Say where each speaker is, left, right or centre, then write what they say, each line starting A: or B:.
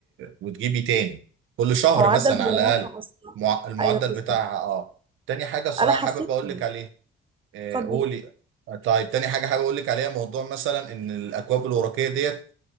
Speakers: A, on the right; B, on the right.
A: وتجيبي تاني كل شهر
B: معدل
A: مثلا
B: بلغتها
A: على الأقل
B: أصلا
A: المع- المعدل
B: أيوه بالظبط
A: بتاعها اه تاني حاجة صراحة
B: أنا حسيت
A: حابب أقول
B: كده
A: لك عليها آه،
B: اتفضل
A: قولي آه، طيب تاني حاجة حابب أقول لك عليها موضوع مثلا إن الأكواب الورقية ديت